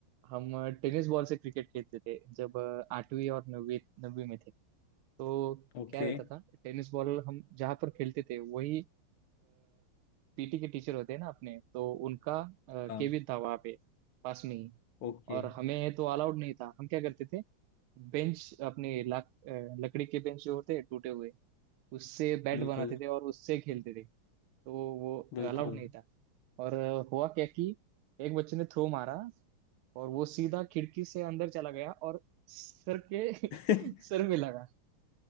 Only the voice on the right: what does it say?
हम टेनिस बॉल से क्रिकेट खेलते थे जब आठवीं और नवीं नवीं में थे तो
क्या रहता था टेनिस बॉल हम जहाँ पर खेलते थे वही पीटी के टीचर होते हैं ना अपने तो उनका
केबिन था वहाँ पे पास में ही
और हमें तो अलाउड नहीं था हम क्या करते थे बेंच अपने लाक, अ, लकड़ी के बेंच जो होते हैं टूटे हुए उससे बैट
बनाते थे और उससे खेलते थे तो वो
अलाउड नहीं था और अ, हुआ क्या कि एक बच्चे ने थ्रो मारा और वो सीधा खिड़की से अंदर चला गया और सर के
<laughs> सर में लगा